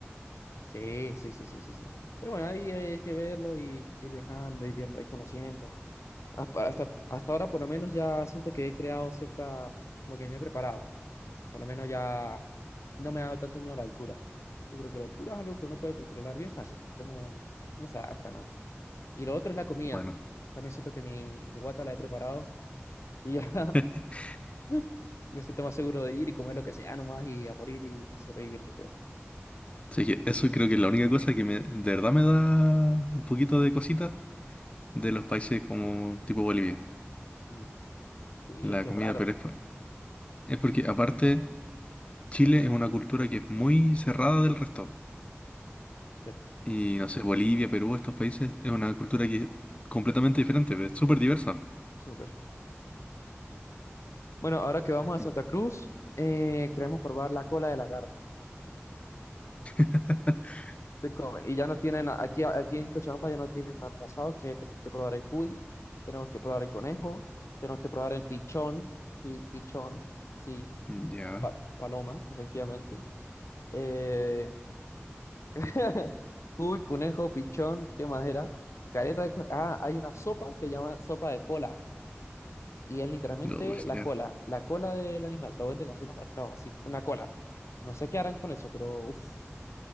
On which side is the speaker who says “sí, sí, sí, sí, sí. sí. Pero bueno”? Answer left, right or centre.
Left